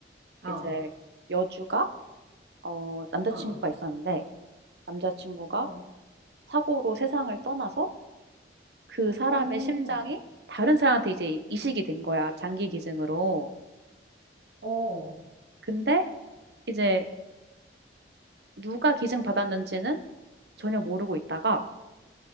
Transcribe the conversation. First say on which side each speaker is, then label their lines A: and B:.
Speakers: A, on the right; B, on the right.
A: 어.
B: 이제 여주가, 어, 남자친구가
A: 어.
B: 있었는데, 남자친구가
A: 어.
B: 사고로 세상을 떠나서 그 사람의
A: 어.
B: 심장이 다른 사람한테 이제 이식이 된 거야, 장기 기증으로.
A: 어.
B: 근데 이제 누가 기증 받았는지는 전혀 모르고 있다가,